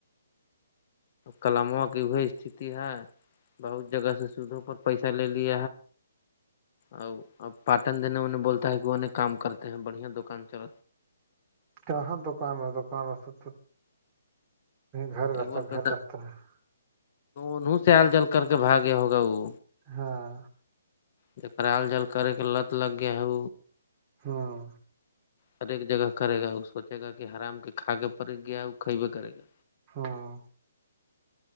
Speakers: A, on the left; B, on the right.
A: کلموں کی ای استھتی ہے بہت جگہ سے سھ پر پیسہ لےی ا اب پاٹن دینے انہیں بولتا ہے کہ ان کام کرتے ہیں بڑیا دکان چل
B: کہاں دکان ہے دکان رہ سب تو گھر
A: ایک
B: رہتا
A: ب روپئے
B: گھر رہتا ہے
A: انہوں سے ہل جل کر کے بھاگیا ہوگا وہ
B: ہاں
A: ج کر عل جال کرے کے لت لگ گیا ہ
B: ہاں
A: ہر ایک جگہ کرے گا وہ سوچے گا کہ آرام کے کھاگے پڑے گیا وہ کھیبے کرے گا
B: ہاں